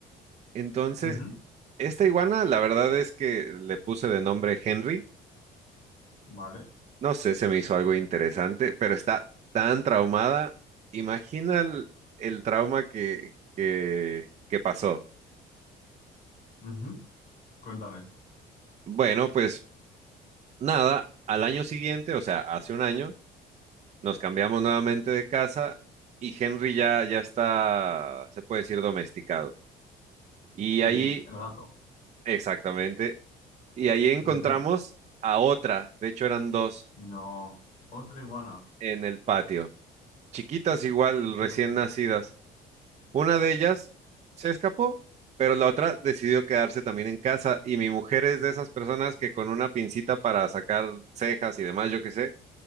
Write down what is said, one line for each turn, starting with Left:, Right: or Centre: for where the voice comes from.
Right: Entonces,
Left: ujú,
Right: esta iguana, la verdad es que le puse de nombre Henry.
Left: Vale.
Right: No sé, se me hizo algo interesante, pero está tan traumada. Imagina el, el trauma que, que, que pasó.
Left: ujú. Cuéntame.
Right: Bueno, pues nada, al año siguiente, o sea, hace un año Nos cambiamos nuevamente de casa y Henry ya, ya está, se puede decir, domesticado. Y
Left: Sí,
Right: ahí,
Left: el gato.
Right: exactamente, y ahí encontramos
Left: Ujú.
Right: a otra, de hecho eran dos,
Left: No, otra iguana.
Right: en el patio, chiquitas igual,
Left: Anda.
Right: recién nacidas. Una de ellas se escapó, pero la otra decidió quedarse también en casa y mi mujer es de esas personas que con una pincita para sacar cejas y demás, yo qué sé,